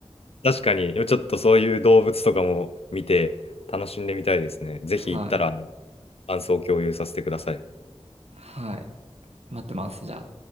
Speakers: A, on the left; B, on the right.
A: 確かに、ちょっとそういう動物とかも見て楽しんでみたいですね。ぜひ行ったらあの
B: はい。
A: 感想を共有させてください。
B: はい。待ってます。じゃあ。